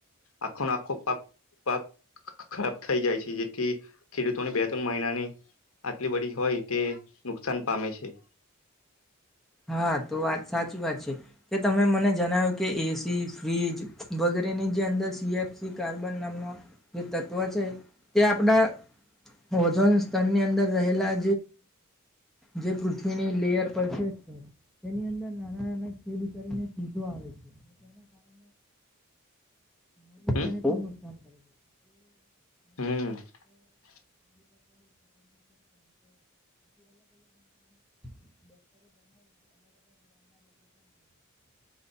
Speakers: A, on the left (about 75°); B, in the centre.
A: આખો આખો પાક પાક <unintelligible> થઈ જાય છે જેથી ખેડૂતોને બે ત્રણ મહિનાની આટલી બધી હોય તે નુકસાન પામે છે <inaudible>
B: હા તો વાત સાચી વાત છે કે તમે મને જણાવ્યું કે એસી ફ્રીજ વગેરેની જે અંદર સીએફસી કાર્બન નામનો જે તત્વ છે તે આપડા ઓજોન સ્તનની અંદર રહેલા જે પૃથ્વીની લેયર પર છે તેની અંદર નાના નાના ખેદ કરીને સીધો આવે છે, તેના કારણે <inaudible> <inaudible>
A: હમ
B: <inaudible>
A: <inaudible>
B: ચામડી <inaudible>